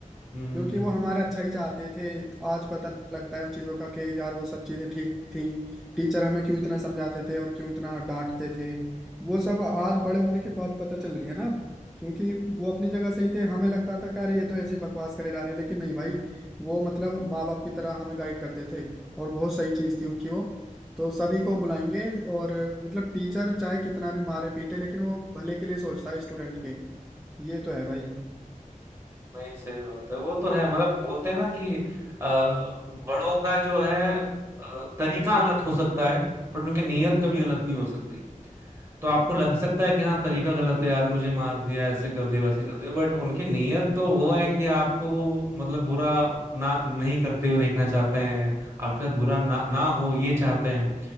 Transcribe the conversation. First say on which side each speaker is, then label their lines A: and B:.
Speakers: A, on the right (about 20°); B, in the centre.
A: हम्म
B: क्योंकि वो हमारा अच्छा ही चाहते थे आज पता लगता है उन चीजों का कि यार वो सब चीजें ठीक थी टीचर हमें क्यों इतना समझाते थे और क्यों इतना डांटते थे वो सब आज बड़े होने के बाद पता चल रही है ना अब क्योंकि वो अपनी जगह सही थे हमें लगता था कि अरे ये तो ऐसी बकवास करे जा रहे हैं लेकिन नहीं भाई वो मतलब माँ बाप की तरह हमें गाइड करते थे और बहुत सही चीज थी उनकी वो तो सभी को बुलाएंगे और मतलब टीचर चाहे कितना भी मारे पीटे लेकिन वो भले के लिए सोचता है स्टूडेंट के ये तो है भाई
A: नहीं सही बात है वो तो है मतलब बोलते हैं ना कि अ, बड़ों का जो है अ, तरीका गलत हो सकता है पर उनकी नीयत कभी गलत नहीं हो सकती तो आपको लग सकता है कि हाँ तरीका गलत है यार मुझे मार दिया ऐसे कर दिया वैसे कर दिया बट उनकी नीयत तो वो है कि आपको मतलब बुरा ना नहीं करते हुए देखना चाहते हैं आपके साथ बुरा ना ना हो ये चाहते हैं